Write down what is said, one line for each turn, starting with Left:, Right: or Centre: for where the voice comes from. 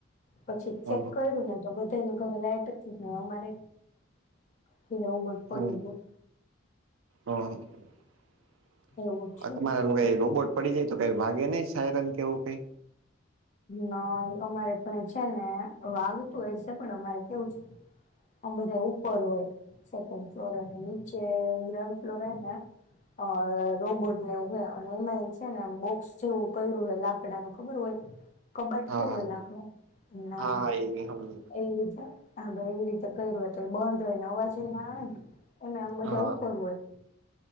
Left: પછી
Right: હા
Left: ચેક કર્યું ને તો બધાને ઘરે લાઈટ હતી ને અમારે કે બટ પડી
Right: હા
Left: ગયો
Right: હા
Left: એવું થયું
Right: તમારા કઈ રોબોટ પડી જાય તો કઈ વાગે નહી સાયરન કેવું કઈ
Left: ના અમારે પણ છે ને વાગતું હો છે પણ અમારે કેવું છે આ બધા ઉપર હોય સેકન્ડ ફ્લોર અને નીચે ગ્રાઉન્ડ ફ્લોર હોને અ રોબોટને એવું હોય અને એમાં છે ને બોક્સ જેવું કર્યું હોય લાકડાનું ખબર હોય કબાડ
Right: હા
Left: કેવું
Right: હા
Left: હોય લાકડાનુ હમણાનું
Right: હા હા એ હમણાં.
Left: એવી છે. હા ભાઈ એવી રીતે કયરુ હોય તો બંધ હોય ને અવાજ ઈ ના આવે એને આમ બધા
Right: હા
Left: ઉપર હોય